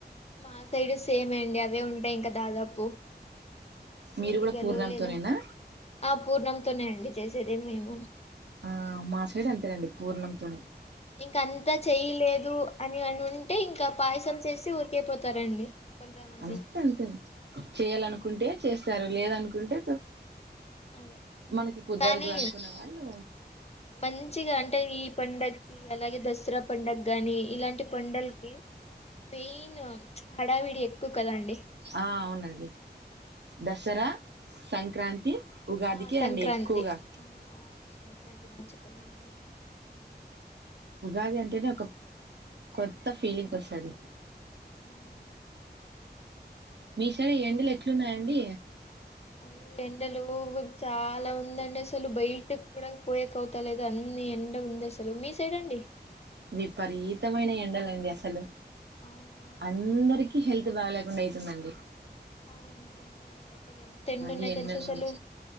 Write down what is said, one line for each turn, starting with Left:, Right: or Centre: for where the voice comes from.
Left: మా సైడ్ సేమ్ అండి అవే ఉంటాయి ఇంకా దాదాపు
Right: మీరు
Left: ఓలిగలు
Right: కూడా పూర్ణంతోనేనా
Left: లేదని ఆ పూర్ణంతోనే అండి చేసే ది మేము కూడా
Right: ఆ మా సైడ్ అంతేనండి పూర్ణంతోనే
Left: ఇంక అంతా చెయలేదు అని అని ఉంటే ఇంకా పాయసం చేసి ఊరికైపోతారండి కొంతమంది
Right: అంతా అంతే చేయ్యాలనుకుంటే చేస్ సర లేదనుకుంటే
Left: అదే
Right: మనకి కుదరదు
Left: కానీ
Right: అనుకున్న వాళ్ళు
Left: మంచిగా అంటే ఈ పండగకి అలాగే దసరా పండుగ గాని ఇలాంటి పండలకి మెయిన్ హడావిడి ఎక్కువ కదా అండి
Right: ఆ అవునండి దసరా సంక్రాంతి ఉగాదికి
Left: ఆ సంక్రాంతి
Right: అండి ఎక్కువగా
Left: అవును అవును సంక్రాంతి మర్చిపోయినానండి
Right: ఉగాది అంటేనే ఒక కొత్త ఫీలింగ్ వస్తుంది
Left: అవును
Right: మీసారి ఎం లక్షం న్నాయండి
Left: అ ఎండలు చాలా ఉందండి అసలు బయట కూడా పోయక అవుతా లేదు అన్ని ఎండ ఉంది అసలు మీ సైడ్ అండి
Right: విపరీతమైన ఎండలండి అసలు
Left: అవునా
Right: అందరిక హెల్త్ బాగా లేకుండా అవుతుందండి
Left: ఆ నిజంగా అండి అసలు ఎంత ఎండు ఉన్నాయో
Right: ఈ ఎండలు
Left: తెలుసు అసలు